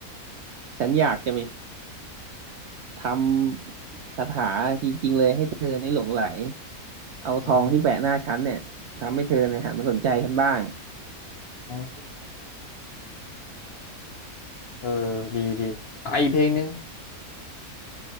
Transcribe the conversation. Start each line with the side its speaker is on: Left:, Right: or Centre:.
Right: ฉันอยากจะไปทำคาถาจริงๆเลยให้เธอในหลงไหลเอาทองที่แปะหน้าฉันเนี่ยทำให้เธอเนี่ยหันมาสนใจฉันบ้าง
Left: อืมอ๋อเออดีดีอ่ะอีกเพลงหนึ่ง